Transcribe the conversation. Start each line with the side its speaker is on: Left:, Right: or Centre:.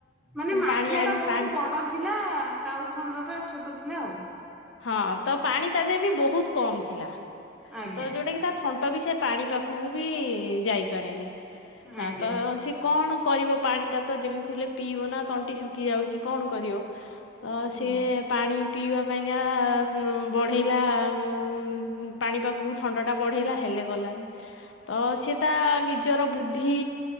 Centre: ମାନେ ମାଠିଆ
Left: ପାଣି ଆଣି
Centre: ଟା ବ
Left: ପାଣି
Centre: ବଡ ଥିଲା, କାଉଥଣ୍ଡ ଟା ଛୋଟ ଥିଲା ଆଉ।
Left: ହଁ ତ ପାଣି ତା ଦେହରେ ବି ବୋହୁତ୍ କମ୍ ଥିଲା
Centre: ଆଜ୍ଞା
Left: ତ ଯୋଉଟା କି ତା ଥଣ୍ଟ ବି ସେ ପାଣି ପାଖୁକୁ ବି ଯାଇପାରେନି ହଁ
Centre: ଆଜ୍ଞା
Left: ତ ସିଏ କଣ କରିବ ପାଣିଟା ତ ଯେମିତି ଥିଲେ ପିଇବ ନା, ତଣ୍ଟି ଶୁଖି ଯାଉଛି କଣ କରିବ। ଅ
Centre: ହୁଁ
Left: ସିଏ ପାଣି ପିଇବା ପାଇଁକା ସୁ ବଢ଼େଇଲା ଉଁ -ପାଣି ପାଖୁକୁ ଥଣ୍ଟଟା ବଢ଼େଇଲା, ହେଲେ ଗଲାନି। ତ ସିଏ ତା ନିଜର ବୁଦ୍ଧି